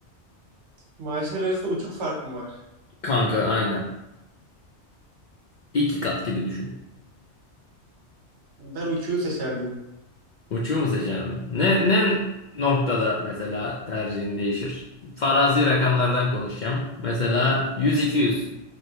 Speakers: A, on the right (about 75°); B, on the left (about 60°).
A: Maaşlar arasında uçuk fark mı var?
B: Kanka aynen. İki kat gibi düşün.
A: Ben uçuğu seçerdim.
B: Uçuyor mu seçerdin? Ne, ne noktada mesela tercihin değişir? Farazi rakamlardan konuşacağım. Mesela 100-200